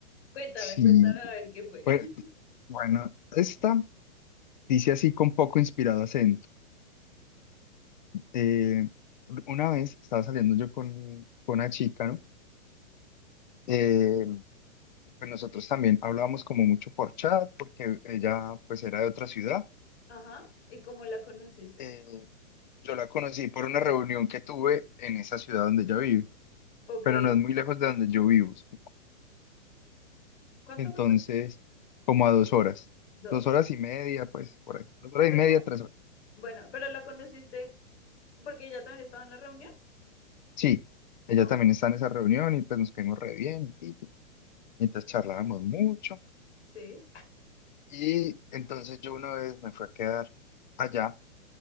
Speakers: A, on the left; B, on the left.
A: Cuéntame,
B: Sí,
A: cuéntame a ver qué fue. <laughs>
B: fue- bueno, esta dice así con poco inspirado acento. Eh, una vez estaba saliendo yo con, con una chica, ¿no? Eh, pues nosotros también hablábamos como mucho por chat porque ella pues era de otra ciudad.
A: Ajá. ¿Y cómo la conociste?
B: Eh, yo la conocí por una reunión que tuve en esa ciudad donde ella vive,
A: Ok.
B: pero no es muy lejos de donde yo vivo. es como-
A: ¿Cuánto
B: Entonces, como a dos horas,
A: costó?
B: dos horas y media, pues por ahí, dos horas
A: Pero,
B: y media, tres horas.
A: bueno, pero la conociste porque ella también estaba en la reunión.
B: Sí, ella
A: Ok.
B: también está en esa reunión y pues nos caímos re bien, y, y- mientras charlábamos mucho.
A: Sí.
B: Y entonces yo una vez me fui a quedar allá,